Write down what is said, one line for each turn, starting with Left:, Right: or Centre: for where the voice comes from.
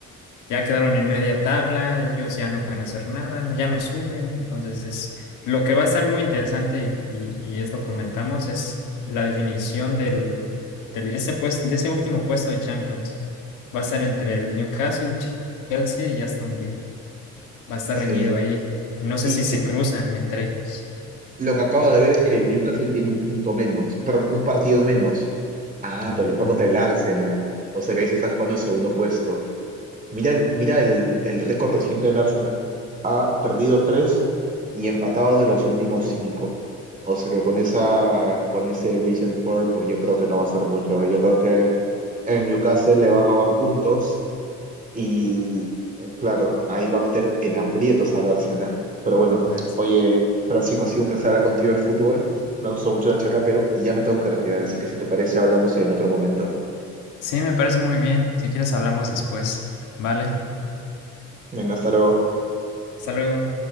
Left: ya quedaron en media tabla, ellos ya no pueden hacer nada, no- ya no suben. Entonces, es lo que va a estar muy interesante y, y- y es lo que comentamos, es la definición del, del- ese pues, de ese último puesto de Champions. Va a ser entre el Newcastle, Ch- Chelsea y Aston Villa. Va a estar
Right: Sí.
Left: reñido ahí. Y no sé
Right: Y
Left: si se
Right: eh,
Left: cruzan entre ellos.
Right: lo que acabo de ver es que el Newcastle tiene un punto menos, perdón, un partido menos. Ah,
Left: Ah,
Right: pero lo juega contra el Arsenal. O sea que ahí se están jugando el segundo puesto. Mira, el- mira el, el récord reciente del Arsenal. Ha perdido tres y empatados de los últimos cinco. O sea que con esa, con ese recent form, pues yo creo que no va a ser mucho. Yo creo que el Newcastle le va a robar puntos y, eh, claro, ahí va a meter en aprietos al Arsenal. Pero bueno,
Left: las-
Right: oye, Francisco, ha sido un placer hablar contigo de fútbol. Me gustó mucho la charla, pero ya me tengo que retirar. Así que si te parece, hablamos en otro momento.
Left: Sí, me parece muy bien. Si quieres, hablamos después. Vale,
Right: Venga, hasta luego.
Left: hasta luego.